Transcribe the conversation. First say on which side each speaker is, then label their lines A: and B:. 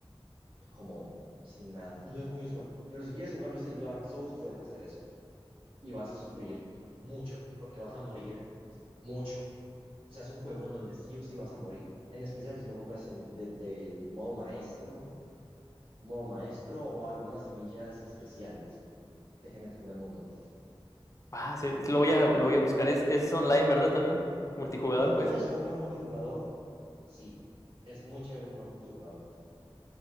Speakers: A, on the right; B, on the left.
A: como sin nada. No es muy usual, pero si quieres jugarlo estilo Dark Souls, puedes hacer eso. Y vas a sufrir mucho porque vas a morir mucho. O sea, es un juego en donde sí o sí vas a morir. En especial si lo juegas en, desde el modo maestro, modo maestro o algunas semillas especiales de generación de mundo.
B: Ah, sí, lo voy a, lo voy a buscar. Es, es online, ¿verdad? También. Multijugador,
A: ¿Lo
B: pues.
A: puedes jugar multijugador? Sí. Es muy chévere jugarlo multijugador.